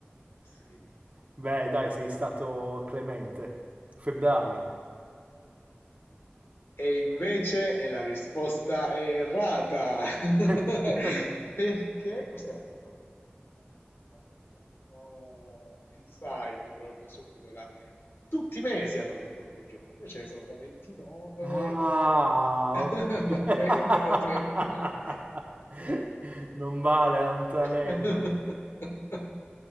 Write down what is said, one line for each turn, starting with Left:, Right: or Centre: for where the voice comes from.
Left: Sì.
Right: Beh, dai, sei stato clemente. Febbraio.
Left: E invece e la risposta è errata. <laughs>
Right: <laughs>
Left: Perché? Questa era un po' trabocchetto, dai, lo ammetto, era un po' inside proprio subito là. Tutti i mesi hanno 28 giorni, poi ce ne sono da 29,
Right: Ah,
Left: <laughs>
Right: ok. <laughs>
Left: da 30, da 31.
Right: Non vale, è un tranello.
Left: <laughs>